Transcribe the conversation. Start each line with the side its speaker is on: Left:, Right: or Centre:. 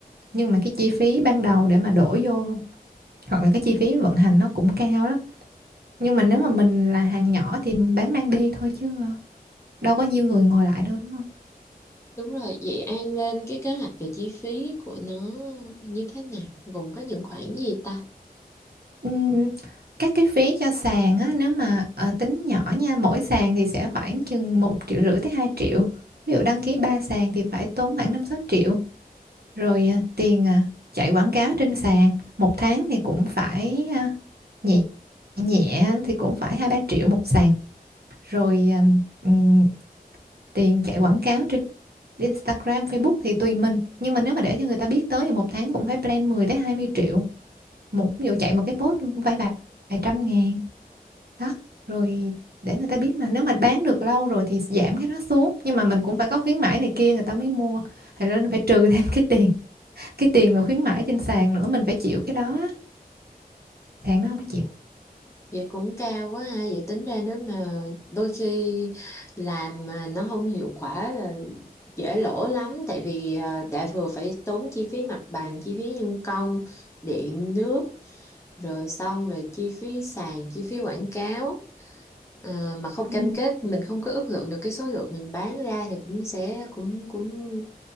Right: nhưng mà cái chi phí ban đầu để mà đổ vô hoặc là cái chi phí vận hành nó cũng cao lắm nhưng mà nếu mà mình là hàng nhỏ thì bán mang đi thôi chứ ờ, đâu có nhiều người ngồi lại đâu đúng không?
Left: đúng rồi vậy An lên cái kế hoạch về chi phí của nó như thế nào gồm có những khoản gì ta
Right: Ừm, các cái phí cho sàn á, nếu mà ờ, tính nhỏ nha, mỗi sàn thì sẽ khoảng chừng một triệu rưỡi tới 2 triệu. Ví dụ đăng ký 3 sàn thì phải tốn khoảng năm sáu triệu. Rồi ờ, tiền ờ, chạy quảng cáo trên sàn, một tháng thì cũng phải ờ, nhẹ nhẹ thì cũng phải hai ba triệu một sàn. Rồi ờ, ừm, tiền chạy quảng cáo trên Instagram, Facebook thì tùy mình. Nhưng mà nếu mà để cho người ta biết tới thì một tháng cũng phải plan 10 tới 20 triệu. Một ví dụ chạy một cái post cũng phải vài, vài trăm ngàn. Đó, rồi để người ta biết mà nếu mà bán được lâu rồi thì giảm cái nó xuống. Nhưng mà mình cũng phải có khuyến mãi này kia người ta mới mua. Thì nên phải trừ thêm <laughs> cái tiền, cái tiền mà khuyến mãi trên sàn nữa mình phải chịu cái đó. Sàn nó không có chịu.
Left: Vậy cũng cao quá ha, vậy tính ra nếu mà đôi khi làm mà nó không hiệu quả là dễ lỗ lắm tại vì à, đã vừa phải tốn chi phí mặt bằng, chi phí nhân công, điện nước, rồi xong rồi chi phí sàn, chi phí quảng cáo à, mà không
Right: Ừ.
Left: cam kết mình không có ước lượng được cái số lượng mình bán ra thì cũng sẽ cũng cũng